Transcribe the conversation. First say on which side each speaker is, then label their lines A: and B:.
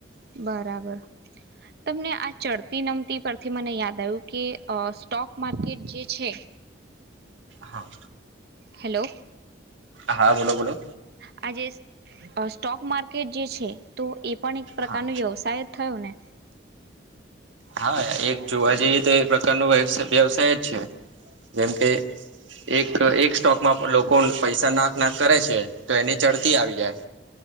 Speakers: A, on the right; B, on the right.
A: બરાબર તમને આ ચડતી નમતી પરથી મને યાદ આવ્યું કે અ સ્ટોક માર્કેટ જે છે
B: હા
A: હેલો
B: હા બોલો બોલો
A: આજે સ્ટોક માર્કેટ જે છે તો એ પણ એક પ્રકારનો
B: હા
A: વ્યવસાય જ થયો ને
B: હા એક જોવા જઈએ તો એ પ્રકારનો વ્યવસાય જ છે જેમ કે એક એક સ્ટોકમાં લોકો પૈસા નાક નાક કરે છે તો એની ચડતી આવી જાય